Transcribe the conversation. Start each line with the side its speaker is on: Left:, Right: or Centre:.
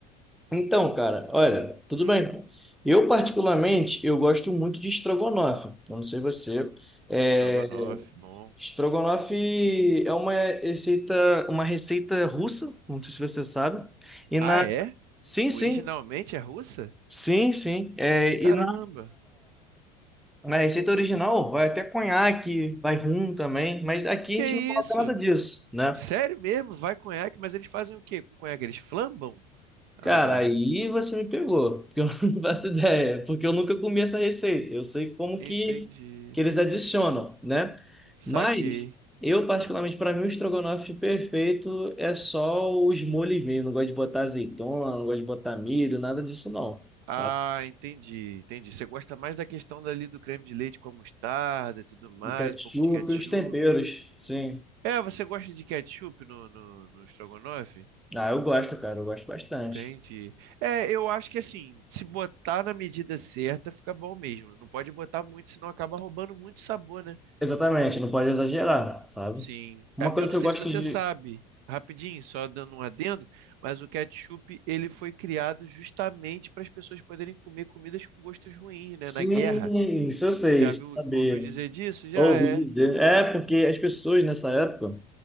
Centre: Então, cara, olha, tudo
Right: Hum,
Centre: bem. Eu, particularmente, eu gosto muito de estrogonofe. Eu não sei você. É,
Right: estrogonofe, bom.
Centre: estrogonofe é uma receita, uma receita russa, não sei se você sabe. E
Right: Ah,
Centre: na...
Right: é?
Centre: Sim,
Right: Originalmente
Centre: sim,
Right: é russa?
Centre: sim, sim. É,
Right: Caramba.
Centre: e na, na receita original vai até conhaque, vai rum também, mas aqui
Right: Que
Centre: a gente não coloca
Right: isso?
Centre: nada disso, né?
Right: Sério mesmo? Vai conhaque, mas eles fazem o quê com conhaque? Eles flambam? Ah,
Centre: Cara,
Right: né?
Centre: aí você me pegou, porque eu <laughs> não faço ideia, porque eu nunca comi essa receita. Eu sei como
Right: Entendi.
Centre: que, que eles adicionam, né?
Right: Saquei.
Centre: Mas eu, particularmente, para mim, o estrogonofe perfeito é só os molhos mesmo. Não gosto de botar azeitona, não gosto de botar milho, nada disso não,
Right: Ah,
Centre: sabe?
Right: entendi, entendi. Você gosta mais da questão dali do creme de leite com a mostarda e tudo mais,
Centre: O ketchup
Right: um pouco de ketchup.
Centre: e os temperos, sim.
Right: É, você gosta de ketchup no, no, no estrogonofe?
Centre: Ah, eu gosto, cara, eu gosto bastante.
Right: Entendi. É, eu acho que assim, se botar na medida certa, fica bom mesmo. Não pode botar muito, senão acaba roubando muito sabor, né?
Centre: Exatamente, não pode exagerar, sabe?
Right: Sim.
Centre: Uma
Right: É porque
Centre: coisa
Right: eu não
Centre: que
Right: sei
Centre: eu gosto
Right: se você
Centre: de...
Right: sabe, rapidinho, só dando um adendo, mas o ketchup, ele foi criado justamente para as pessoas poderem comer comidas com gostos ruins, né?
Centre: Sim,
Right: Na guerra.
Centre: isso eu sei,
Right: Já
Centre: isso
Right: viu,
Centre: eu sabia.
Right: ouviu dizer disso? Já
Centre: Ouvi
Right: é.
Centre: dizer. É, porque as pessoas nessa época